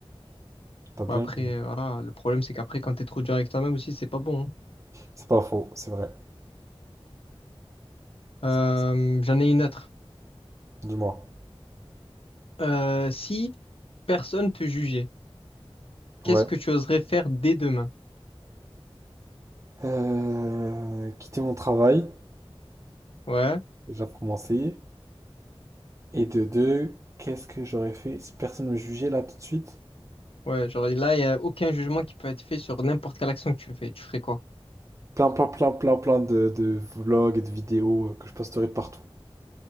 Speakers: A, on the right; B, on the left.
A: T'as bien
B: bah, après,
A: raison.
B: euh, voilà, le problème c'est qu'après, quand t'es trop dur avec toi-même aussi, c'est pas bon. hein.
A: C'est pas faux, c'est vrai.
B: Euh,
A: C'est-
B: j'en ai une autre.
A: Dis-moi.
B: Euh, si personne te jugeait, qu'est-ce
A: Ouais.
B: que tu oserais faire dès demain?
A: Euh, quitter mon travail,
B: Ouais,
A: déjà pour commencer. Et de deux, qu'est-ce que j'aurais fait si personne me jugeait là tout de suite?
B: ouais, genre là, il n'y a aucun jugement qui peut être fait sur n'importe quelle action que tu fais. Tu ferais quoi?
A: Plein, plein, plein, plein, plein de, de vlogs et de vidéos euh, que je posterai partout.